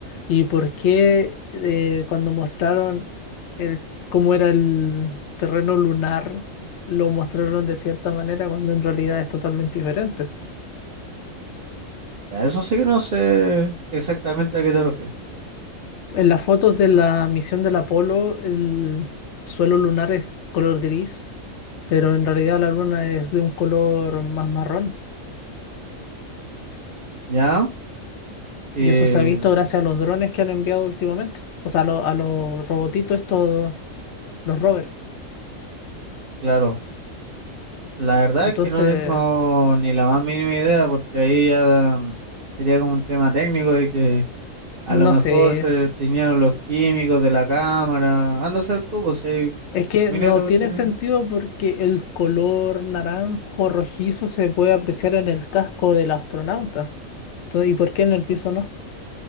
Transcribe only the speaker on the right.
Ya, eso sí que no sé exactamente a qué te refieres.
Ya, eh,
claro. La verdad
es que no tengo ni la más mínima idea porque ahí ya mm, sería como un tema técnico de que a
lo mejor
se teñieron los químicos de la cámara. Anda a ser tú, pues si hay
miles
de cuestiones.